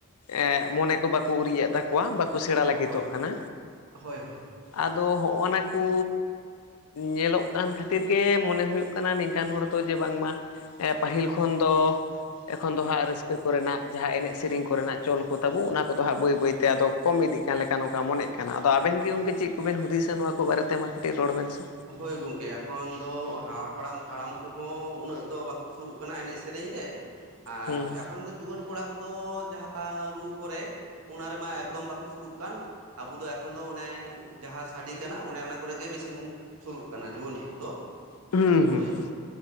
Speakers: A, on the left (about 85°); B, on the right (about 80°).
A: ᱮᱸᱜ ᱢᱚᱱᱮ ᱠᱚ ᱵᱟᱠᱚ ᱩᱨᱤᱡ ᱮᱜ ᱛᱟᱠᱚᱣᱟ ᱵᱟᱠᱚ ᱥᱮᱬᱟ ᱞᱟᱹᱜᱤᱛᱚᱜ
B: ᱦᱳᱭ
A: ᱠᱟᱱᱟ᱾
B: ᱦᱳᱭ ᱦᱳᱭ
A: ᱟᱫᱚ ᱦᱚᱸᱜ-ᱚᱱᱟ ᱠᱩᱻ ᱧᱮᱞᱚᱜ ᱠᱟᱱ ᱠᱷᱟᱹᱛᱤᱨ ᱜᱮ ᱢᱚᱱᱮ ᱦᱩᱭᱩᱜ ᱠᱟᱱᱟ ᱱᱤᱝᱠᱟᱱ ᱦᱚᱲ ᱫᱚ ᱡᱮ ᱵᱟᱝᱢᱟ ᱯᱟᱹᱦᱤᱞ ᱠᱷᱚᱱ ᱫᱚ ᱮᱠᱷᱚᱱ ᱫᱚ ᱦᱟᱸᱜ ᱨᱟᱹᱥᱠᱟᱹ ᱠᱚᱨᱮᱱᱟᱜ ᱡᱟᱦᱟᱸ ᱮᱱᱮᱡ ᱥᱮᱨᱮᱧ ᱠᱚᱨᱮᱱᱟᱜ ᱪᱚᱞ ᱠᱚ ᱛᱟᱵᱚ ᱚᱱᱟ ᱠᱚᱫᱚ ᱦᱟᱸᱜ ᱵᱟᱹᱭ ᱵᱟᱹᱭᱛᱮ ᱟᱫᱚ ᱠᱚᱢ ᱤᱫᱤᱜ ᱠᱟᱱ ᱞᱮᱠᱟ ᱱᱚᱝᱠᱟ ᱢᱚᱱᱮᱜ ᱠᱟᱱᱟ ᱟᱫᱚ ᱟᱵᱮᱱ ᱜᱮ ᱜᱚᱝᱠᱮ ᱪᱮᱫ ᱠᱚᱵᱮᱱ ᱦᱩᱫᱤᱥᱟ ᱱᱚᱣᱟ ᱠᱚ ᱵᱟᱨᱮᱛᱮ? ᱢᱟ ᱠᱟᱹᱴᱤᱡ ᱨᱚᱲ ᱵᱮᱱ ᱥᱮ᱾
B: ᱦᱳᱭ ᱜᱚᱝᱠᱮ ᱮᱠᱷᱚᱱ ᱫᱚ ᱦᱟᱯᱲᱟᱢ, ᱦᱟᱲᱟᱢ ᱠᱚᱦᱚᱸ ᱩᱱᱟᱹᱜ ᱫᱚ ᱵᱟᱠᱚ ᱥᱩᱨᱩᱜ ᱠᱟᱱᱟ ᱮᱱᱮᱡ ᱥᱮᱨᱮᱧ ᱨᱮ᱾ ᱟᱨ
A: ᱦᱩᱸ
B: ᱮᱠᱷᱚᱱ ᱫᱚ ᱡᱩᱣᱟᱹᱱ ᱠᱚᱲᱟ ᱠᱚᱫᱚ ᱡᱟᱦᱟᱸ ᱨᱩ ᱠᱚᱨᱮ ᱚᱱᱟ ᱨᱮᱢᱟ ᱮᱠᱫᱚᱢ ᱵᱟᱠᱚ ᱥᱩᱨᱩᱜ ᱠᱟᱱ, ᱟᱵᱚ ᱫᱚ ᱮᱠᱷᱚᱱ ᱫᱚ ᱚᱱᱮ ᱡᱟᱦᱟᱸ ᱥᱟᱰᱮ ᱠᱟᱱᱟ ᱚᱱᱮ ᱚᱱᱟ ᱠᱚᱨᱮᱜᱮ ᱵᱮᱥᱤ ᱵᱚᱱ ᱥᱩᱨᱩᱜ ᱠᱟᱱᱟ ᱡᱩᱣᱟᱹᱱ ᱠᱚᱫᱚ,
A: ᱦᱩᱸ
B: ᱦᱳᱭ᱾
A: ᱦᱩᱸ ᱦᱩᱸ